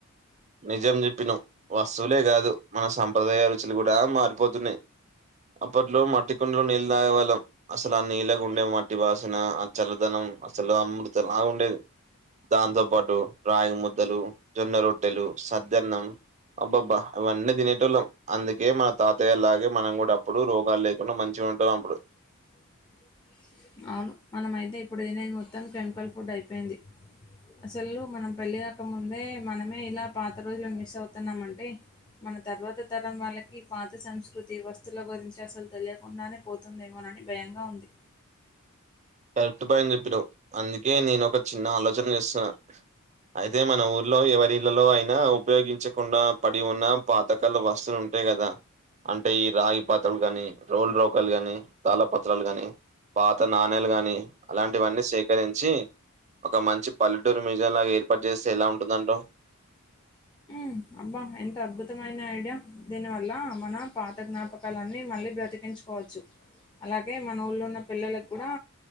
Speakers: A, on the right; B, on the left.
A: నిజం చెప్పినవ్ వస్తువులే కాదు మన సంప్రదాయ రుచులు కూడా మారిపోతున్నయి అప్పట్లో మట్టి కుండలో నీళ్ళతగే వాళ్ళం అసలు ఆ నీళ్ళకుండే మట్టి వాసిన ఆ చల్లదనం అసలు అమృతంల ఉండేది దాంతో పాటు రాగి ముద్దలు జొన్న రొట ట్టెలు సద్దన్నం అబ్బబ్బా అవన్నీ తినేటోళ్ళం అందుకే మన తాతయ్యలాగే మనం కూడా అప్పుడు రోగాలు లేకుండా మంచి ఉంటాం అప్పుడు
B: <inaudible> అవును మనమైతే ఇప్పుడు తినది మొత్తం కెమికల్ ఫుడ్ అయిపోయింది అసలు మనం పెళ్ళి కాక ముందే మనమే ఇలా పాత రోజులు మిస్ అవుతున్నామంటే మన తర్వాత తరం వాళ్ళకి పాత సంస్కృతి వస్తువుల గురించి అసలు తెలియకుండానే పోతుందేమో నా అని భయంగా ఉంది
A: కరెక్ట్ పాయింట్ చెప్పినవ్ అందుకే నేను ఒక చిన్న ఆలోచన చేస్తున్నా అయితే మన ఊర్లో ఎవరిళ్లలో అయినా ఉపయోగించకుండా పడి ఉన్న పాతకాల వస్తులు ఉం టయి కదా అంటే ఈ రాగి పాత్రలుకగాని రోలు రోకలు గాని తల పత్రాలు గాని పాత నా నాలు గాని అలాంటివన్నీ సేకరించి ఒక మంచి పల్లెటూరు మ్యూజియం లాగా ఏర్పాటు చేస్తే ఎలా ఉంటుందంటవ్
B: మ్ అబ్బా ఎంత అద్భుతమైన ఐడియా దీని వల్ల మన పాత జ్ఞాపకాలన్నీ మళ్ళీ బ్రతికించు కోవచ్చు అలాగే మన ఊళ్ళో ఉన్న పిల్లలకు కూడా